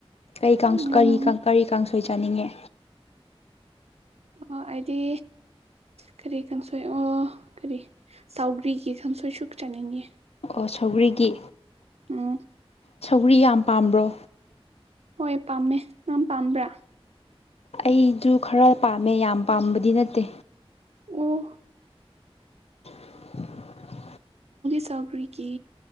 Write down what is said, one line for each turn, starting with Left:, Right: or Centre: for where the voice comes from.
Left: ꯀꯩ ꯀꯥꯡꯁ
Right: ꯎꯝ
Left: ꯀꯔꯤ ꯀꯔꯤ ꯀꯥꯡꯁꯣꯏ ꯆꯥꯅꯤꯡꯉꯦ
Right: ꯑ ꯍꯥꯏꯗꯤ ꯀꯔꯤ ꯀꯥꯡꯁꯣꯏ ꯑꯣ ꯀꯔꯤ ꯁꯥꯎꯒ꯭ꯔꯤꯒꯤ ꯀꯥꯡꯁꯣꯏ ꯁꯨꯛ ꯆꯥꯅꯤꯡ ꯉꯦ
Left: ꯑꯣ ꯁꯧꯒꯔꯤꯒꯤ
Right: ꯎꯝ
Left: ꯁꯧꯒꯔꯤ ꯌꯥꯝ ꯄꯥꯝꯕ꯭ꯔꯣ
Right: ꯍꯣꯏ ꯄꯥꯝꯃꯦ ꯅꯪ ꯄꯥꯝꯕ꯭ꯔꯥ
Left: ꯑꯩꯖꯨ ꯈꯔ ꯄꯥꯝꯃꯦ ꯌꯥꯝ ꯄꯥꯝꯕꯗꯤ ꯅꯠꯇꯦ
Right: ꯑꯣ
Left: <inaudible>
Right: ꯆꯧꯒ꯭ꯔꯤꯒꯤ